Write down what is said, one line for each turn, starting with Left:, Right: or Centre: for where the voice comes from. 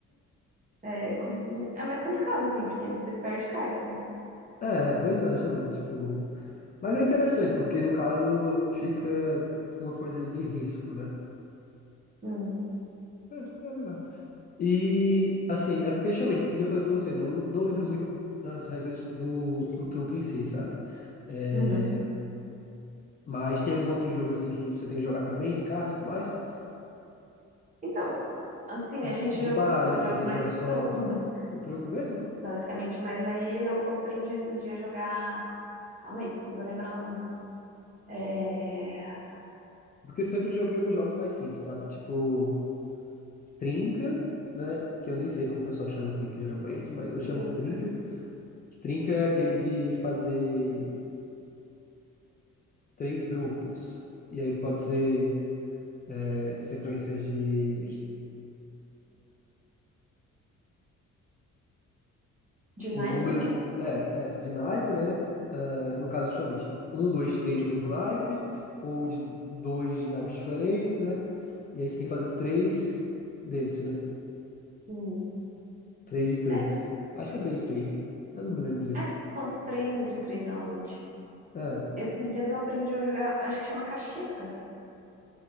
Right: é, como se diz? É mais complicado, assim, porque você perde carta, né?
Left: É, é, pois é, justamente, tipo, mas é interessante porque no caso fica uma coisa ali de risco, né?
Right: Sim.
Left: É, é legal. E assim, é porque justamente, que nem eu falei pra você, né? Eu não lembro muito das regras do, do truque em si, sabe? É,
Right: Uhum.
Left: mas tem algum outro jogo assim que você tem jogado também de carta e tudo mais?
Right: Então, assim,
Left: de
Right: a gente
Left: de
Right: joga,
Left: baralho,
Right: joga
Left: assim, você
Right: mais
Left: joga só
Right: truco, né? <laughs>
Left: o truco mesmo?
Right: basicamente. Mas aí eu, eu aprendi esses dias a jogar. Calma aí, não vou lembrar o nome. É...
Left: Porque sempre eu joguei uns jogos mais simples, sabe? Tipo, trinca, né? Que eu nem sei como o pessoal chama trinca geralmente, mas eu chamo
Right: trin-
Left: de trinca. Trinca é aquele de fazer três grupos. E aí pode ser é, sequências de,
Right: De
Left: tipo,
Right: naipe,
Left: números.
Right: né?
Left: É, é, de naipe, né? Ah, no caso, justamente, um, dois, três do mesmo naipe, ou de dois de naipes diferentes, né? E aí você tem que fazer três desse, né?
Right: Hum.
Left: 3 de três
Right: É,
Left: Acho que é 3 de três né? Eu não me lembro direito.
Right: é, são três de três normalmente.
Left: É,
Right: Esses dias eu aprendi a jogar, acho que chama cacheta.